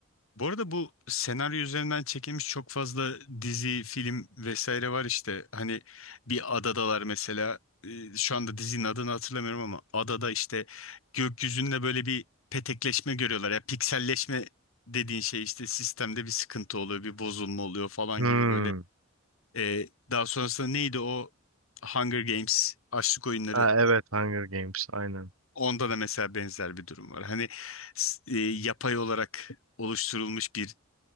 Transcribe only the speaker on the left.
Bu arada bu senaryo üzerinden çekilmiş çok fazla dizi, film vesaire var işte. Hani bir adadalar mesela. E, Şu anda dizinin adını hatırlamıyorum ama adada işte gökyüzünde böyle bir petekleşme görüyorlar. Ya pikselleşme dediğin şey işte sistemde bir sıkıntı oluyor, bir bozulma oluyor falan
gibi böyle Ee, daha sonrasında neydi o Hunger Games açlık oyunları
onda da mesela benzer bir durum var. Hani s- e, yapay olarak oluşturulmuş bir